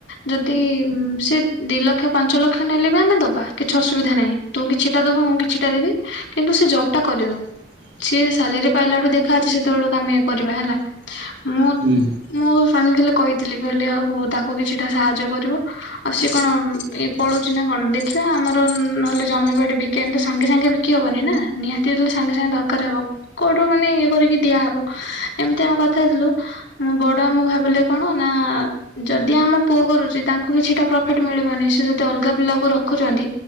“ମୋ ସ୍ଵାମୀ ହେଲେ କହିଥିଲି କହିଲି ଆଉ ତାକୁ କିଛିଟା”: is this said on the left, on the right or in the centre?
Left